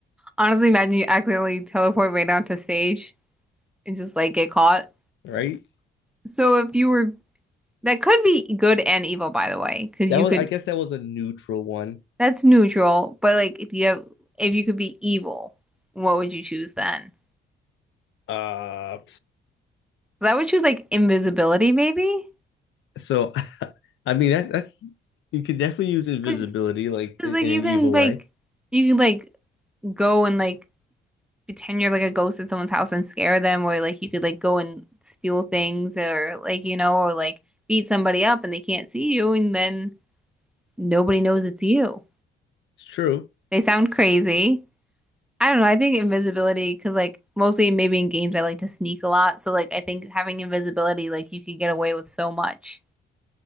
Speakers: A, in the centre; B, on the left.
A: honestly imagine you accidentally teleport right down to stage and just like get caught.
B: right?
A: So if you were that could be good and evil by the way, because
B: That
A: you
B: was,
A: could
B: I guess, that was a neutral one.
A: that's neutral, but like if you have if you could be evil, what would you choose then?
B: Uh,
A: 'Cause I would choose like invisibility maybe.
B: so <laughs> I mean that that's you could definitely use invisibility
A: Cause,
B: like
A: 'cause,
B: in,
A: like
B: in
A: you
B: an
A: can
B: evil
A: like
B: way.
A: you can like go and like pretend you're like a ghost at someone's house and scare them or like you could like go and steal things or like you know or like beat somebody up and they can't see you and then nobody knows it's you.
B: It's true.
A: They sound crazy. I don't know. I think invisibility because like mostly maybe in games I like to sneak a lot. So like I think having invisibility like you could get away with so much.